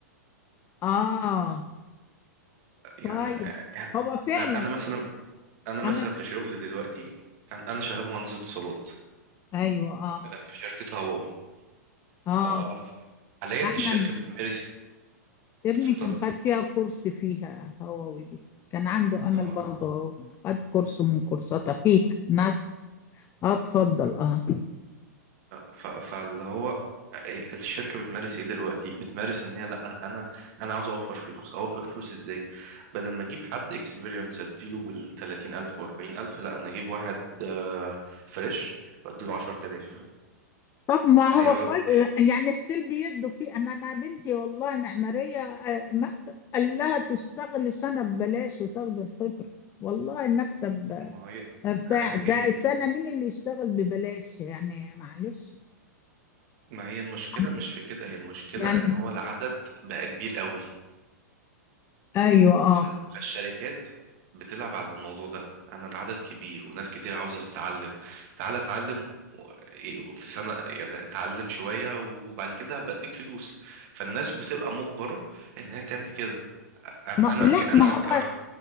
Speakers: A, on the left; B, on the right.
A: اه
B: يعني
A: طيب
B: يعني
A: هو فعلا
B: أنا مثلا أنا مثلا
A: انا
B: في شغل دلوقتي أنا أنا شغال مهندس اتصالات
A: ايوه اه
B: آه، في شركة هواوي
A: اه
B: آه، ف- حاليا
A: احمد
B: الشركة بتمارس
A: ابني
B: اتفضلي
A: كان خد فيها كورس فيها هووي دي كان عنده امل
B: اه
A: برضه خد كورس من كورساتها فيه نات اه اتفضل اه
B: ف... فاللي هو إيه، الشركة بتمارس ايه دلوقتي بتمارس ان هي لا انا انا عاوز اوفر فلوس اوفر فلوس ازاي بدل ما اجيب حد اكسبيرينس اديله بال 30000 و 40000 لا انا اجيب واحد آه، فريش واديله 10000
A: طب ما هو
B: هيقعد
A: كويس
B: إيه،
A: يعني ستيل بيدوا فيه انا انا بنتي والله معماريه آه، مكتب قال لها تشتغلي سنه ببلاش وتاخدي الخبره والله مكتب
B: ما هي
A: آه، بتاع
B: هي-
A: ده
B: هي-
A: سنه مين اللي يشتغل ببلاش يعني معلش
B: ما هي المشكلة
A: يعني
B: مش في كده هي المشكلة
A: يعني-
B: ان هو العدد بقى كبير قوي
A: ايوه اه
B: ف- فالشركات بتلعب على الموضوع ده انا العدد كبير وناس كتير عاوزة تتعلم تعالى اتعلم و- إيه، في سنة يعني اتعلم شوية وبعد كده بديك فلوس فالناس بتبقى مجبرة انها تعمل كده انا
A: ما
B: انا
A: لا
B: كأنا
A: ما هو
B: وح- كواحد